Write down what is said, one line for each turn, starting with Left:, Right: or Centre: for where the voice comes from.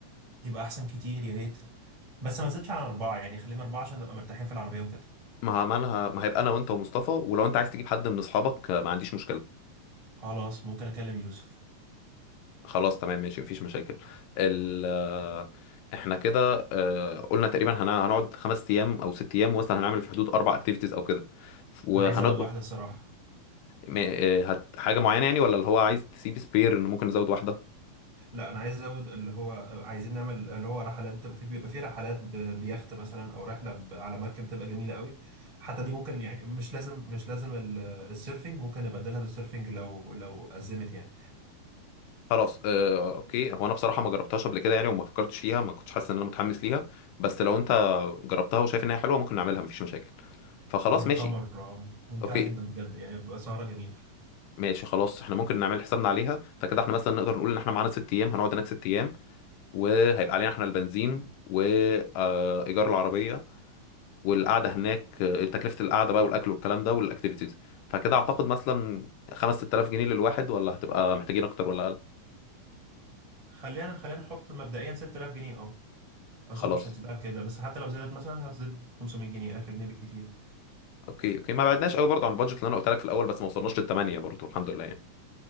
Right: يبقى احسن كتير يا ريت بس ما نزلتش عن اربعه يعني خلينا اربعه عشان نبقى مرتاحين في العربيه وكده
Left: ما ما أنا ما هيبقى أنا وأنت ومصطفى ولو أنت عايز تجيب حد من أصحابك آه، ما عنديش مشكلة
Right: خلاص ممكن اكلم يوسف
Left: خلاص تمام ماشي مفيش مشاكل ال آه، احنا كده آه، قلنا تقريبا هن- هنقعد خمس ايام او ست ايام مثلا هنعمل في حدود اربع اكتيفيتيز او كده وهنطبخ
Right: انا عايز ازود واحده الصراحه
Left: م- آه، هت حاجه معينه يعني ولا اللي هو عايز تسيب سبير ان ممكن نزود واحده
Right: لا انا عايز ازود اللي هو عايزين نعمل اللي هو رحلات بتبقى فيه بيبقى فيه رحلات ب- بيخت مثلا او رحله ب- على مركب بتبقى جميله قوي حتى دي ممكن يعني مش لازم مش لازم ال- السيرفنج ممكن نبدلها بالسيرفنج لو لو ازمت يعني
Left: خلاص آه، اوكي هو انا بصراحه ما جربتهاش قبل كده يعني وما فكرتش فيها ما كنتش حاسس ان انا متحمس ليها بس لو انت جربتها وشايف ان هي حلوه ممكن نعملها مفيش مشاكل فخلاص
Right: جربتها
Left: ماشي
Right: مره ممتعه
Left: اوكي
Right: جدا بجد يعني بيبقى سهره جميله
Left: ماشي خلاص احنا ممكن نعمل حسابنا عليها فكده احنا مثلا نقدر نقول ان احنا معانا ست ايام هنقعد هناك ست ايام وهيبقى علينا احنا البنزين وايجار العربيه والقعده هناك آه، تكلفه القعده بقى والاكل والكلام ده والاكتيفيتيز فكده اعتقد مثلا 5 6000 جنيه للواحد ولا هتبقى محتاجين اكتر ولا اقل
Right: خلينا خلينا نحط مبدئيا 6000 جنيه اه اظن
Left: خلاص
Right: مش هتزيد عن كده بس حتى لو زادت مثلا هتزيد 500 جنيه 1000 جنيه بالكتير
Left: اوكي اوكي ما بعدناش قوي برضه عن البادجت اللي انا قلت لك في الاول بس ما وصلناش للثمانيه برضه الحمد لله يعني